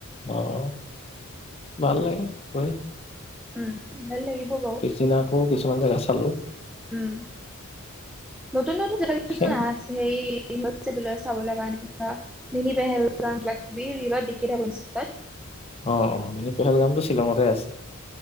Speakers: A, on the left (about 30°); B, in the centre.
A: অ', ভাল লাগে গৈ।
B: উম, ভাল লাগিব বাৰু
A: পিছদিনা আকৌ কিছুমান জেগা চালো।
B: উম, নতুন নতুন জেগা কিছুমান
A: সেই
B: আছ সেই মাতছে বোলে চাবলে কাৰণে কিবা মিনি পেহেলগাম কিবা কিবি ৰিলত দেখি থাকো ইনষ্টাত।
A: অ', অ' মানে মিনি পেহেলগাম টো শ্বিলঙতে আছে।